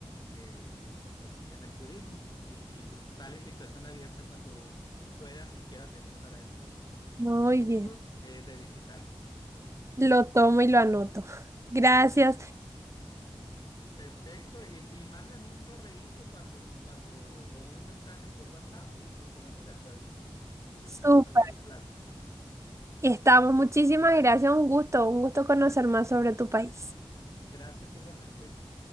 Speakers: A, on the left (about 40°); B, on the right (about 30°).
A: eh, pues en el turismo y, y, pues está la invitación abierta cuando puedas y quieras venir para estos
B: Muy
A: rumbos
B: bien.
A: eh, de visitarlo.
B: Lo tomo y lo anoto. Gracias.
A: Perfecto, y, y mándame un correíto cuando, cuando, o un mensaje por WhatsApp y nos ponemos de acuerdo y
B: Súper.
A: echamos a andar los planes.
B: Estamos, muchísimas gracias, un gusto, un gusto conocer más sobre tu país.
A: Gracias igualmente.